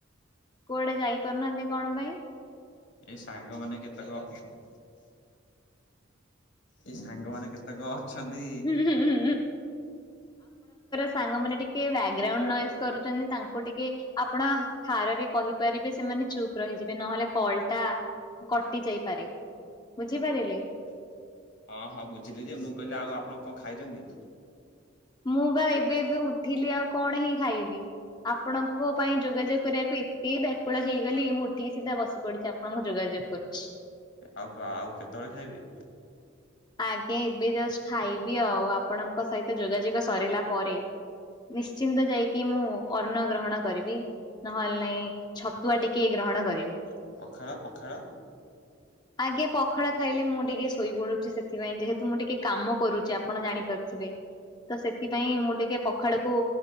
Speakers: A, on the left; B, on the left.
A: କୁଆଡେ ଯାଇପାରୁନାହାନ୍ତି କଣ ପାଇଁ?
B: ଏଇ ସାଙ୍ଗମାନେ କେତେକ ଏଇ ସାଙ୍ଗମାନେ କେତେକ ଅଛନ୍ତି।
A: ହୁଁ ହୁଁ ହୁଁ ସାଙ୍ଗ ମାନ ଟିକେ ବ୍ୟାଗ୍ରାଉଣ୍ଡ ନୋଇଯ କରୁଛନ୍ତି ତାଙ୍କୁ ଟିକେ ଆପଣ ଠାରରେ କହିପାରିବେ ସେମାନେ ମାନେ ଚୁପ୍ ରହିଯିବେ ନହେଲେ କଲଟା କଟି ଯାଇପାରେ। ବୁଝି ପାରିଲେ?
B: ହଁ ହଁ ବୁଝିଲି ଯେ ମୁଁ କହିଲି ଆଉ ଆପଣ କଣ ଖାଇଛନ୍ତି?
A: ମୁଁ ବା ଏବେ ଏବେ ଉଠିଲି ଆଉ କଣ ହିଁ ଖାଇବି? ଆପଣଙ୍କ ପାଇଁ ଯୋଗାଯୋଗ କରିବାକୁ ଏତେ ବ୍ୟାକୁଳ ହେଇଗଲି ମୁଁ ଉଠିକି ସିଧା ବସି ପଡିଛି ଆପଣଙ୍କ ଯୋଗା ଯୋଗ କରୁଛି।
B: ଆଉ ଆଉ କେତେବେଳେ ଖାଇବେ?
A: ଆଜ୍ଞା ଏବେ ଜଷ୍ଟ ଖାଇବି ଆଉ ଆପଣଙ୍କ ସହିତ ଯୋଗାଯୋଗ ସରିଲା ପରେ। ନିଶ୍ଚିନ୍ତ ଯାଇକି ମୁଁ ଅନ୍ନ ଗ୍ରହଣ କରିବି ନହେଲେ ନାଇଁ ଛତୁଆ ଟିକେ ଗ୍ରହଣ କରିବି।
B: ପଖାଳ, ପଖାଳ?
A: ଆଜ୍ଞା ପଖାଳ ଖାଇଲେ ମୁଁ ଟିକେ ଶୋଇ ପଡୁଛି ସେ ସେଥିପାଇଁ ଯେହେତୁ ମୁଁ ଟିକେ କାମ କରୁଛି ଆପଣ ଜାଣିପାରୁଥିବେ। ତ ସେଥିପାଇଁ ମୁଁ ଟିକେ ପଖାଳକୁ